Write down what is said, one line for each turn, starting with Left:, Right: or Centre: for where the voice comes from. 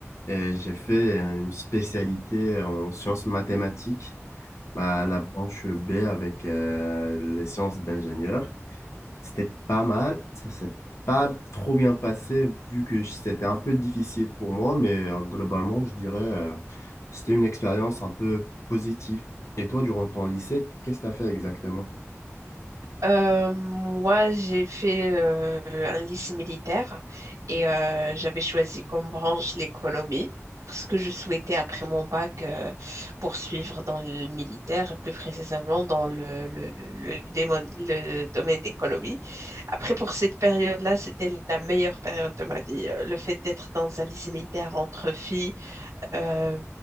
Left: euh, j'ai fait euh, une spécialité euh, en sciences mathématiques, bah, la branche B avec euh, les sciences d'ingénieur. C'était pas mal, ça s'est pas trop bien passé vu que je- c'était un peu difficile pour moi, mais euh, globalement, je dirais euh, c'était une expérience un peu positive. Et toi, durant ton lycée, qu'est-ce que tu as fait exactement?
Right: Euh, moi, j'ai fait euh, un lycée militaire et euh, j'avais choisi comme branche l'économie parce que je souhaitais, après mon bac, euh, poursuivre dans le militaire et plus précisément dans le, le, le, le démon- le domaine d'économie. Après, pour cette période-là, c'était la meilleure période de ma vie. Euh, Le fait d'être dans un lycée militaire entre filles, euh,